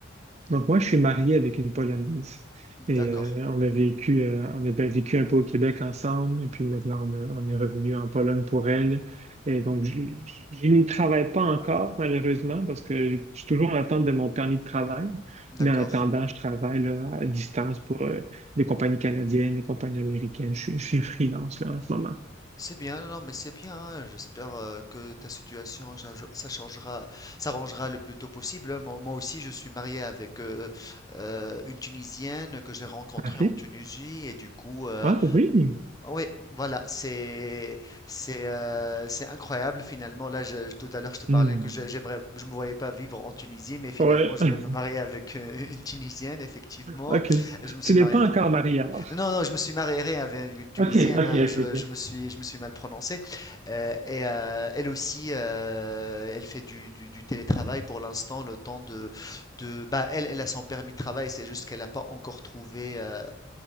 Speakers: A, on the right (about 35°); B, on the left (about 20°).
A: Donc moi, je suis marié avec une Polonaise.
B: D'accord,
A: Et euh, on a vécu, euh, on a bien vécu un peu au Québec ensemble, et puis maintenant on, a- on est revenu en Pologne pour elle. Et donc j- j- je n'y travaille pas encore, malheureusement, parce que je suis toujours en attente de mon permis de travail.
B: d'accord.
A: Mais en attendant, je travaille là, à distance pour euh, des compagnies canadiennes, des compagnies américaines. Je, suis je suis freelance là, en ce moment.
B: C'est bien, non, non, mais c'est bien. hein. J'espère euh, que ta situation, cha- ça changera, s'arrangera le plus tôt possible. hein. Moi, moi aussi, je suis marié avec euh, euh, une Tunisienne que j'ai rencontrée
A: OK.
B: en Tunisie, et du coup, euh,
A: Ah oui.
B: oui, voilà, c'est c'est euh, c'est incroyable finalement. Là, je- tout à l'heure, je te parlais
A: Hmm.
B: que je- j'aimerais, je me voyais pas vivre en Tunisie, mais finalement,
A: Ouais.
B: je
A: <laughs>
B: veux me marier avec euh, une Tunisienne, effectivement.
A: OK.
B: Je me suis
A: Tu n'es
B: marié
A: pas encore marié alors.
B: non, non, je me suis marié avec une Tunisienne,
A: OK, OK,
B: hein,
A: OK,
B: je,
A: OK.
B: je me suis, je me suis mal prononcé. Euh, et euh, elle aussi, euh, elle fait du, du- du télétravail pour l'instant, le temps de, de, bah, elle, elle a son permis de travail, c'est juste qu'elle n'a pas encore trouvé euh,